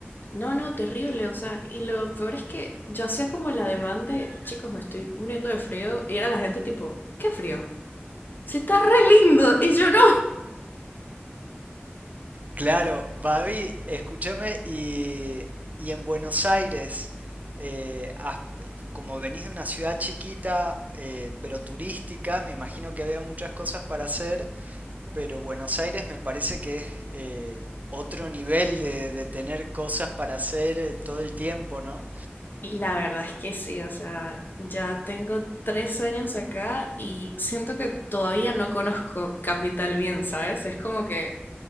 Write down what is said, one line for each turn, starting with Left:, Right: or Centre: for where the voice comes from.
Left: No, no, terrible. O sea, y lo peor es que yo hacía como la demanda de, chicos, me estoy muriendo de frío. Y era la gente tipo, ¿qué frío? Si está re lindo. Y yo no.
Right: Claro, Babi, escúchame, y, y en Buenos Aires, eh, has- como venís de una ciudad chiquita, eh, pero turística, me imagino que había muchas cosas para hacer, pero Buenos Aires me parece que es eh, otro nivel de, de tener cosas para hacer eh, todo el tiempo, ¿no?
Left: Y la verdad es que sí, o sea, ya tengo tres años acá y siento que todavía no conozco Capital bien, ¿sabes? Es como que